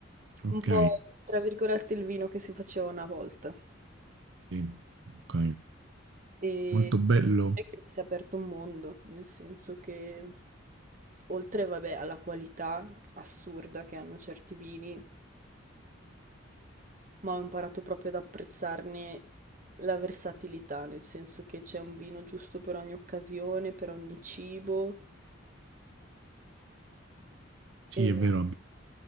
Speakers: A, on the right; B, on the right.
A: Ok,
B: Un po', tra virgolette, il vino che si faceva una volta.
A: sì, ok.
B: E
A: Molto bello.
B: devo dire che mi si è aperto un mondo, nel senso che oltre, vabbè, alla qualità assurda che hanno certi vini, ma ho imparato proprio ad apprezzarne la versatilità, nel senso che c'è un vino giusto per ogni occasione, per ogni cibo.
A: Sì,
B: E
A: è vero,